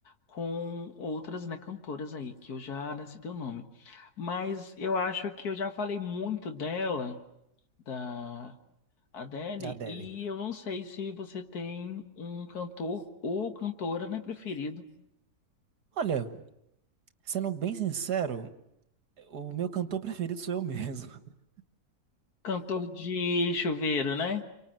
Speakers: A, on the left; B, on the right.
A: com outras, né, cantoras aí, que eu já né, citei o nome. Mas eu acho que eu já falei muito dela, da Adele,
B: da Adele.
A: e eu não sei se você tem um cantor ou cantora, né, preferido.
B: Olha, sendo bem sincero, o meu cantor <laughs> preferido sou eu mesmo. <laughs>
A: Cantor de chuveiro, né?